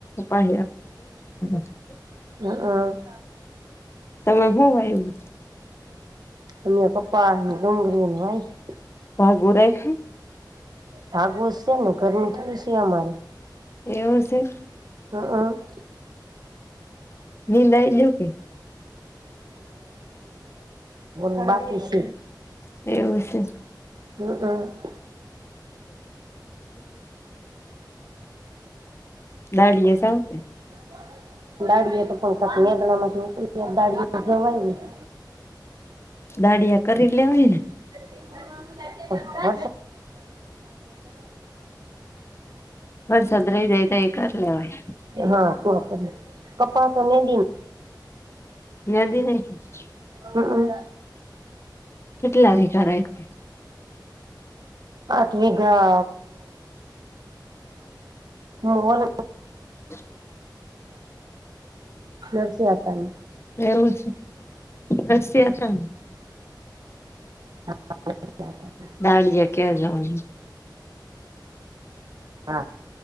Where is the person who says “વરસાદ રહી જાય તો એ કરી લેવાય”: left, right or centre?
Left